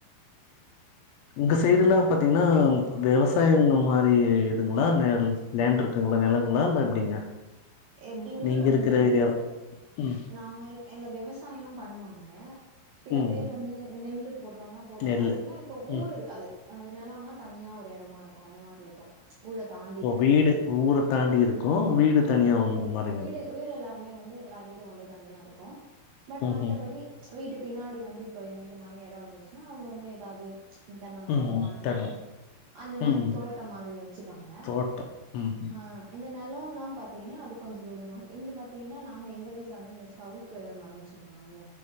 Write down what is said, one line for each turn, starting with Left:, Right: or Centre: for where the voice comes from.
Left: இந்த சைடெல்லா
Right: நெறைய
Left: பாத்தீங்கன்னா விவசாயங்கள் மாரி இதுங்களா இல்ல லேண்ட் இருக்குங்களா நிலங்களா இல்ல எப்டிங்க
Right: எப்டின்னா
Left: நீங்க இருக்குற
Right: இங்க வந்து
Left: ஏரியா ம்
Right: நாங்க இருக் இல்ல விவசாயோல்லா பண்ணுவாங்க சில
Left: ம்
Right: பேர் வந்து நெல்லு போடுறவுங்க போடுவே
Left: நெல்லு
Right: அது எப்டினா இப்ப
Left: ம்
Right: ஊர் இருக்காது அது நெலனோ தனியா ஒரு எடமா இருக்கு அந்த மார்ருக்கு ஊர தாண்டி
Left: ஒ வீடு ஊர தாண்டி இருக்கு வீடு
Right: ஓ
Left: தனியா வந்துர்ற மாரி
Right: வீடு வீடு எல்லாருமே வந்து எல்லாரு வீடு வந்து தனியா இருக்கு பட்
Left: ம்
Right: மத்தபடி வீடு பின்னாடி வந்து இப்ப எங்க வீடு மாரி எடோ இருந்துச்சுன்னா அவுங்கவுங்க எதாவது தென்ன மரோ
Left: ம் ம்
Right: வாழ மரோ
Left: தெனம்
Right: அந்த மாரி
Left: ம்
Right: தோட்டம் மாதிரி வச்சுப்பாங்க
Left: தோட்டம் ம்
Right: ஆ எங்க நெலொலா பாத்தீங்கன்னா அது கொஞ்ச தூரமா இருக்கு இங்க பாத்தீங்கன்னா நாங்க எங்க வீட் வீட்ல வந்து இந்த சவுக்கு மரம் சொல்லுவாங்கல்ல